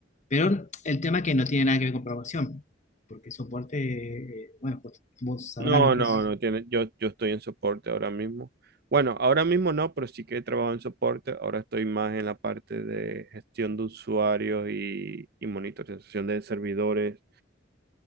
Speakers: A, on the left; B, on the right.
A: Pero el tema que no tiene nada que ver con programación, porque soporte, eh, bueno, pues vos sabrás
B: No,
A: lo que
B: no,
A: es.
B: no tiene. Yo, yo estoy en soporte ahora mismo. Bueno, ahora mismo no, pero sí que he trabajado en soporte. Ahora estoy más en la parte de gestión de usuarios y, y monitorización de servidores